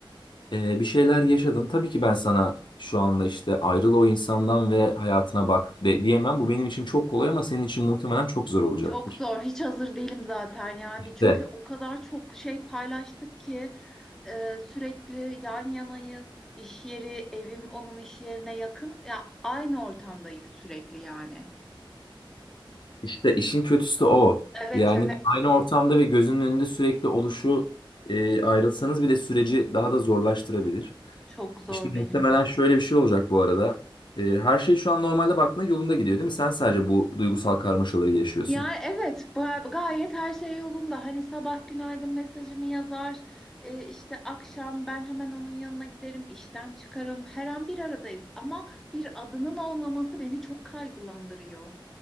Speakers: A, on the left (about 60°); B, in the centre.
A: e, bir şeyler yaşadın. Tabii ki ben sana şu anda işte ayrıl o insandan ve hayatına bak de, diyemem. Bu benim için çok kolay ama senin için muhtemelen çok zor olacaktır.
B: Çok zor. Hiç hazır değilim zaten yani.
A: İşte,
B: Çünkü o kadar çok şey paylaştık ki e, sürekli yan yanayız. İş yeri, evim onun iş yerine yakın. Ya aynı ortamdayız sürekli yani.
A: İşte işin kötüsü de o.
B: Evet
A: Yani
B: evet.
A: aynı ortamda ve gözünün önünde sürekli oluşu e, ayrılsanız bile süreci daha da zorlaştırabilir.
B: Çok zor
A: İşte muhtemelen
B: benim için.
A: şöyle bir şey olacak bu arada. E, her şey şu an normalde baktığında yolunda gidiyor değil mi? Sen sadece bu duygusal karmaşaları yaşıyorsun.
B: Yani evet ba- gayet her şey yolunda. Hani sabah günaydın mesajımı yazar. E, işte akşam ben hemen onun yanına giderim. işten çıkarım. Her an bir aradayız. Ama bir adının olmaması beni çok kaygılandırıyor.